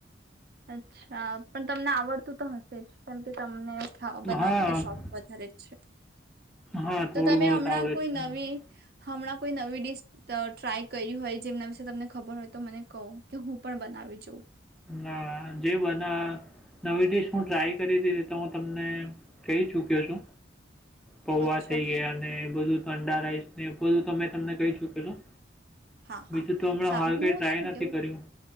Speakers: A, on the right; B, in the centre.
A: અચ્છા પણ તમને આવડતું તો હશે જ કેમકે તમને ખાવા બનાવવામાં
B: હા
A: તો શોખ વધારે જ છે
B: હા
A: તો
B: થોડું
A: તમે
B: ઘણું
A: હમણાં
B: તો આવડે
A: કોઈ
B: જ છે
A: નવી હમણાં કોઈ નવી ડીશ ટ્રાય કર્યું હોય જેમના વિશે તમને ખબર હોય તો મને કહો કે હું પણ બનાવી જાઉ
B: હા જે બધ નવી ડીશ હું ટ્રાય કરી દીધી તો હુ તમને કહી ચૂક્યો છ. પૌવા
A: અચ્છા
B: થઈએ અને બધું અંડા રાઈસ બધું તો મેં તમને કહી ચુકલુ
A: હા હા
B: બીજું તો હમણાં
A: સારું
B: હાલ
A: હું
B: કઈ ટ્રાય
A: શું
B: નથી
A: કેવું
B: કર્યું